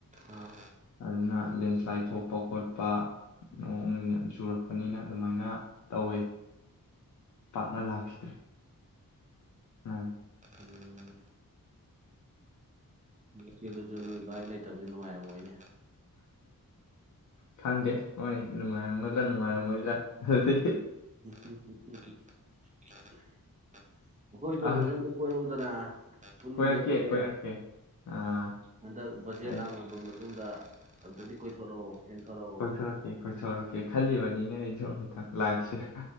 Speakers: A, on the right (about 20°); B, on the left (about 60°).
A: ꯑꯥ
B: ꯑꯗꯨꯅ ꯂꯦꯟꯁ꯭ꯂꯥꯏꯠ ꯊꯣꯛꯄ ꯈꯣꯠꯄ ꯅꯣꯡ ꯆꯨꯔꯛꯄꯅꯤꯅ ꯑꯗꯨꯃꯥꯏꯅ ꯇꯧꯋꯤ ꯄꯥꯛꯅ ꯂꯥꯛꯈꯤꯗ꯭ꯔꯦ ꯎꯝ
A: ꯎꯝ ꯁꯨ ꯅꯣꯏꯥꯏ ꯂꯩ ꯐꯠꯇꯕꯁꯨ ꯅꯨꯡꯉꯥꯏꯔꯕꯣꯏꯅꯤ
B: ꯈꯪꯗꯦ ꯍꯣꯏ ꯅꯨꯡꯉꯥꯏꯔꯝꯒꯗ꯭ꯔꯥ ꯅꯨꯡꯉꯥꯏꯔꯝꯃꯣꯏꯗ꯭ꯔꯥ ꯑꯗꯨꯗꯤ
A: ꯎꯝ ꯑꯩꯈꯣꯏ ꯁꯣꯏꯕꯁꯨ
B: ꯑ
A: ꯑꯝꯇ ꯀꯣꯏꯔꯧꯗꯅ ꯄꯨꯟꯒꯤꯗ
B: ꯀꯣꯏꯔꯛꯀꯦ
A: ꯀꯨꯏꯔꯑꯦ
B: ꯀꯣꯏꯔꯛꯀꯦ ꯑꯥ
A: ꯎ ꯍꯟꯗꯛ ꯕꯖꯦꯠ
B: ꯑꯩ
A: ꯂꯥꯡꯅꯕ ꯃꯇꯨꯡꯗ ꯑꯝꯇꯗꯤ ꯀꯣꯏꯊꯣꯔꯛꯑꯣ ꯆꯦꯟꯊꯣꯔꯛꯑꯣ
B: ꯀꯣꯏꯊꯣꯔꯛꯀꯦ ꯈꯣꯏꯊꯣꯔꯛꯀꯦ ꯈꯜꯂꯤꯕꯅꯤꯅꯦ ꯑꯩꯁꯨ ꯑꯃꯨꯇꯪ ꯂꯥꯛꯁ